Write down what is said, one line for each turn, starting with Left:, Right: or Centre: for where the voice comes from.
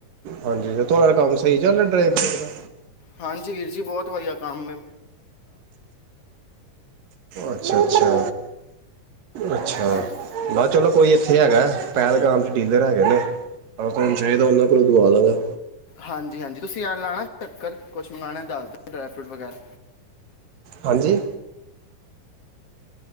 Right: ਹਾਂਜੀ ਤੁਹਾਡੇਾ ਕੰਮ ਸਹੀ ਚ ਡਰਾਈ ਫਰੂਟ ਦਾ
Left: ਹਾਂਜੀ ਵੀਰ ਜੀ ਬਹੁਤ ਵਧੀਆ ਕੰਮ ਮੈਂ
Right: ਅੱਛਾ ਅੱਛਾ ਅੱਛਾ
Left: ਹਾਂਜੀ
Right: ਨਾ ਚਲੋ ਕੋਈ ਇੱਥੇ ਹੈਗਾ ਪਹਿਲਗਾਮ ਚ ਡੀਲਰ ਹੈ ਗ ਨਾ ਪਰ ਤੁਹੂੰ ਸ਼ਾਹੀਦਾ ਉਹਨਾਂ ਕੋਲੋਂ ਦਵਾ ਦਵਗਾ
Left: ਹਾਂਜੀ ਹਾਂਜੀ ਤੁਸੀਂ ਆ ਲਾਣਾ ਚੱਕਰ ਕੁਛ ਮੰਗਗਾਉਣਾ ਦੱਸ ਦਓ ਡਰਾਈ ਫਰੂਟ ਵਗੈਰਾ
Right: ਹਾਂਜੀ